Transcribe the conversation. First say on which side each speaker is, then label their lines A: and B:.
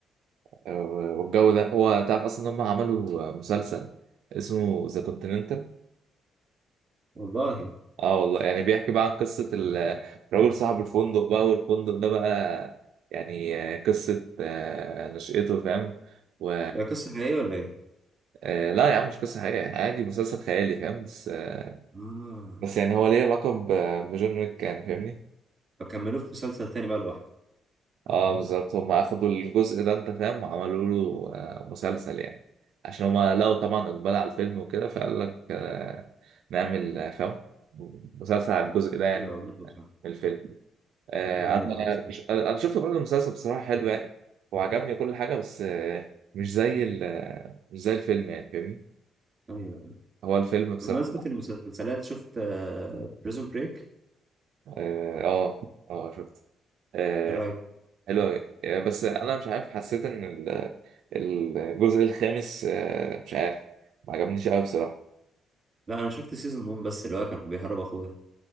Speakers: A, on the right (about 75°); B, on the right (about 30°).
A: آه، والجو ده هو تعرف اصلا ان هم عملوا مسلسل اسمه ذا كونتيننتال
B: والله
A: اه والله يعني بيحكي بقى عن قصة ال- الراجل صاحب الفندق بقى والفندق ده بقى يعني آه، قصة آه، نشأته فاهم و
B: هي قصه حقيقيه ولا ايه
A: آه، لا يا عم مش قصة حقيقية عادي مسلسل خيالي فاهم بس آه،
B: اه
A: بس يعني هو ليه علاقة ب- بجون ويك يعني فاهمني
B: فكملوه في مسلسل تاني بقى لوحده
A: اه بالظبط هما أخدوا الجزء ده أنت فاهم وعملوا له آه، مسلسل يعني عشان هما لقوا طبعا إقبال على الفيلم وكده فقال لك آه، نعمل آه، فاهم مسلسل على الجزء ده يعني
B: ايوه عجبني بصراحه
A: من الفيلم آه،
B: جامد
A: انا
B: قوي بصراحه
A: انا شفت برضه المسلسل بصراحه حلو يعني وعجبني كل حاجه بس آه، مش زي ال- آه، مش زي الفيلم يعني فاهمني
B: ايوه
A: هو الفيلم بصراحه
B: بمناسبه المسلسلات شفت بريزون بريك
A: اه اه آه، شفت آه،
B: ايه رايك
A: حلو أوي. آه، بس انا مش عارف حسيت ان ال- الجزء الخامس آه، مش عارف ما عجبنيش قوي بصراحه
B: لا انا شفت سيزون 1 بس اللي هو كان بيهرب اخوه ده